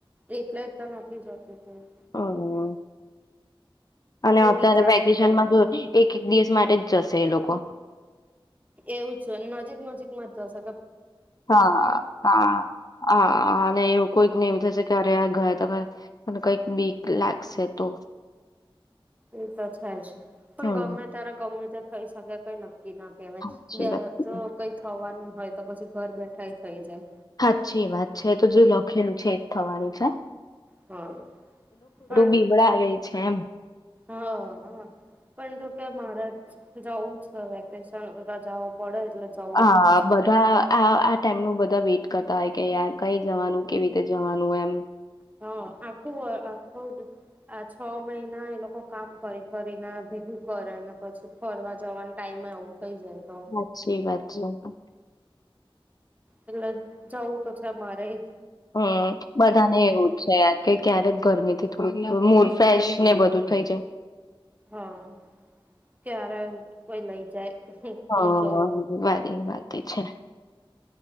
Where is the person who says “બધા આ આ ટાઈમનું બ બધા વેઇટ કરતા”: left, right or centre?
Left